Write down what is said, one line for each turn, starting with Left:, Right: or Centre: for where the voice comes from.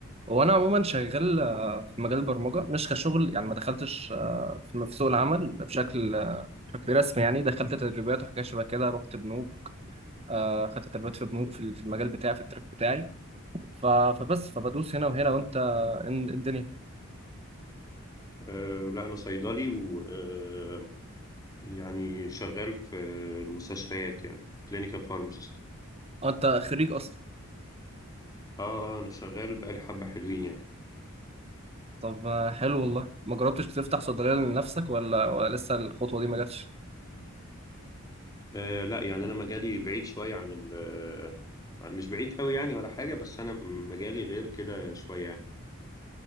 Right: وانا عموما شغال آه، في مجال البرمجه مش كشغل يعني ما دخلتش آه، في في سوق العمل بشكل آه، بشكل رسمي يعني دخلت تدريبات وحاجات شبه كده رحت بنوك آه، خدت تدريبات في بنوك في ال- في المجال بتاعي في التراك بتاعي ف- فبس فبدوس هنا وهنا وانت إن- الدنيا
Left: أه لا أنا صيدلي و أه يعني شغال في المستشفيات يعني كلينيكال فارماسيست
Right: آه، انت خريج اصلا
Left: اه آه، أنا شغال بقالي حبة حلوين يعني
Right: طب آه، حلو والله ما جربتش تفتح صيدليه لنفسك ولا ولا لسه الخطوه دي ما جاتش
Left: أه لا يعني أنا مجالي بعيد شوية عن ال آه، مش بعيد أوي يعني ولا حاجة بس أنا مجالي غير كده شوية يعني